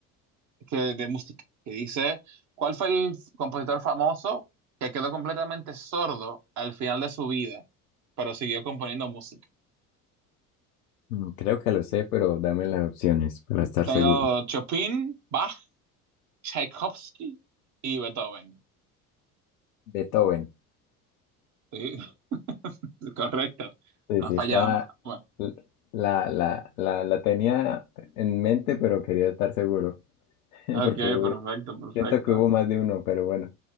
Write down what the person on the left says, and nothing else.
Mm, Creo que lo sé, pero dame las opciones para estar
seguro.
Beethoven.
Sí,
sí,
está.
La, la, la, la tenía en mente, pero quería estar seguro. <laughs>
Porque hubo-
siento que hubo más de uno, pero bueno.